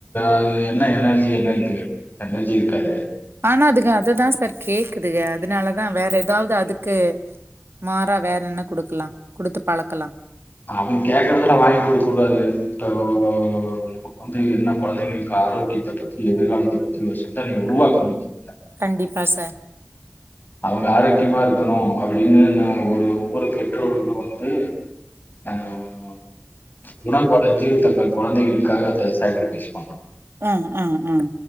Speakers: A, on the left; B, on the right.
A: அது என்ன எனர்ஜி என்ன இருக்கு எனர்ஜி இருக்காதே
B: ஆனா அதுக அத தா சார் கேக்குதுக அதுனால தா வேற எதாவ்து அதுக்கு மாறா வேற என்ன குடுக்கலா குடுத்து பழக்கலா
A: அவங்க கேக்கறதெல்லா வாங்கி குடுக்க கூடாது இப்போ நமக் வந்து என்ன கொழந்தைங்களுக்கு ஆரோக்கியத்த <inaudible> <inaudible> எதிர் காலத்த பத்தி ரொம்ப ஸ்ட்ரிட்டா நீங்க உருவாக்கணு இல்ல
B: கண்டிப்பா சார்
A: அவங்க ஆரோக்கியமா இருக்கணு <inaudible> அப்படின்னு நாம ஒரு <inaudible> <inaudible> வந்து ஆஹ் உணவுக்கான ஜீரண தன்ம கொழந்தைகளுக் காக அந்த சைக்கிள் <inaudible> பண்ணு
B: ஆஹ் ஆஹ் ஹ்